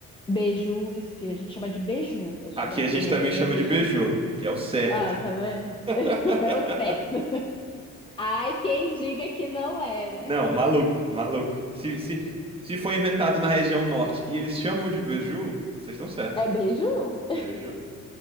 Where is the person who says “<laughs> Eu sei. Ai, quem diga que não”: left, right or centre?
Left